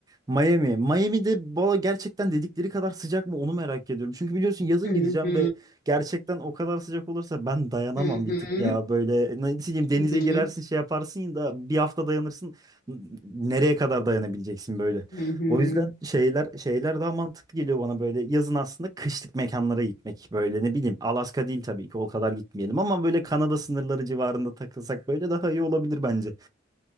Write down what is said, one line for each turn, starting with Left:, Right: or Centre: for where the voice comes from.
Right: Miami. Miami'de valla gerçekten dedikleri kadar sıcak mı onu merak ediyorum. Çünkü biliyorsun yazın
Left: Hı
Right: gideceğim
Left: hı,
Right: ve gerçekten o kadar sıcak olursa ben dayanamam
Left: hı hı,
Right: bir tık ya. Böyle nasıl diyeyim denize
Left: hı hı,
Right: girersin şey yaparsın da bir hafta dayanırsın. Nereye kadar dayanabileceksin böyle?
Left: hı hı.
Right: O yüzden şeyler şeyler daha mantıklı geliyor bana böyle yazın aslında kışlık mekanlara gitmek. Böyle ne bileyim Alaska değil tabii ki o kadar gitmeyelim ama böyle Kanada sınırları civarında takılsak böyle daha iyi olabilir bence.